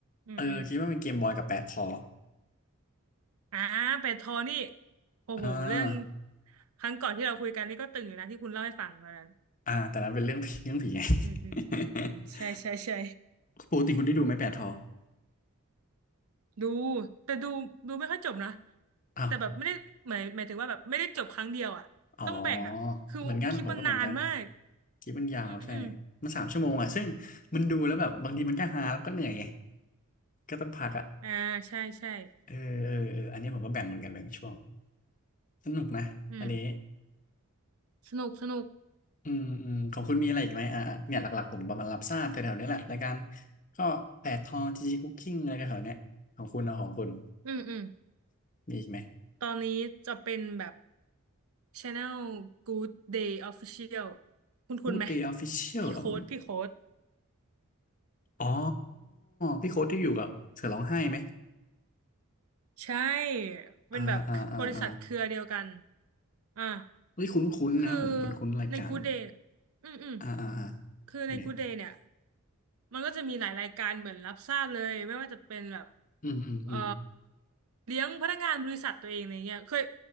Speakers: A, on the right; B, on the left.
A: อืมอืม
B: เออคิดว่าเป็นเกมบอยกับแปดคอ
A: อ่าเป็ดทอนี่โอ้โหเรื่อง
B: อ่า
A: ครั้งก่อนที่เราคุยกันนี่ก็ตึงอยู่นะที่คุณเล่าให้ฟังตอนนั้น
B: อ่าแต่นั้นเป็นเรื่อง <laughs> ผีเรื่องผีไง
A: อืมอืมอืมใช่ใช่ใช่
B: <laughs> ปกติคุณได้ดูไหมแปดทอ
A: ดูแต่ดูดูไม่ค่อยจบนะ
B: อ้าว
A: แต่แบบไม่ได้หมายหมายถึงว่าแบบไม่ได้จบครั้งเดียวอ่ะต้องแบ่งอ่ะคือคลิปมันนานมาก
B: อ๋อเหมือนกันผมก็เหมือนกันคลิปมันยาวใช่
A: อืมอืม
B: มันสามชั่วโมงอ่ะซึ่งมันดูแล้วแบบบางทีมันก็ฮาแล้วก็เหนื่อยไงก็ต้องพักอ่ะ
A: อ่าใช่ใช่
B: เออเออเอออันนี้ผมก็แบ่งเหมือนกันแบ่งช่วงสนุกนะอันนี้
A: อืมสนุกสนุก
B: อืมอืมของคุณมีอะไรอีกไหมอ่าเนี่ยหลักๆผมประมาณรับทราบแถวๆนี้แหละรายการก็แปดทอจีจีคุกกิ้งอะไรแถวๆเนี้ยของคุณเอาของคุณ
A: อืมอืม
B: มีอีกไหม
A: ตอนนี้จะเป็นแบบ Channel Good Day Official คุณคุณไหม
B: Good Day Official
A: พี่โค้ดพี่โค้ด
B: เหรออ๋อพี่โค้ดที่อยู่กับเสือร้องไห้ไหม
A: ใช่ เป็นแบบบริษัทเครือเดียวกัน
B: อ่าอ่าอ่าอ่า
A: อ่า
B: เฮ้ยคุ้นคุ้นนะผมคุ้นๆรายการ
A: คือในกูเดย์อืมอืม
B: อ่าอ่าอ่า
A: คือในกูเดย์เนี่ย
B: ยังไง
A: มันก็จะมีหลายรายการเหมือนรับทราบเลยไม่ว่าจะเป็นแบบ
B: อืมอืมอืม
A: เอ่อเลี้ยงพนักงานบริษัทตัวเองอะไรเงี้ยเคย